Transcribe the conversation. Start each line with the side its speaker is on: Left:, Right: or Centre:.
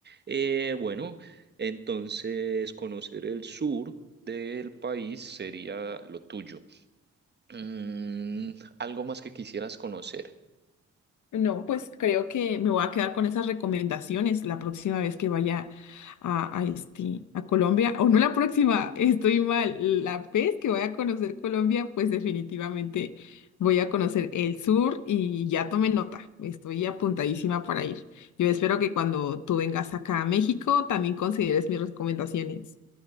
Right: Eh, bueno, entonces conocer el sur del país sería lo tuyo. Mm, algo más que quisieras conocer.
Left: No, pues creo que me voy a quedar con esas recomendaciones la próxima vez que vaya a, a, este, a Colombia, o no la próxima, <laughs> estoy mal, la vez que voy a conocer Colombia, pues definitivamente voy a conocer el sur y ya tomé nota, estoy apuntadísima para ir. Yo espero que cuando tú vengas acá a México también consideres mis recomendaciones.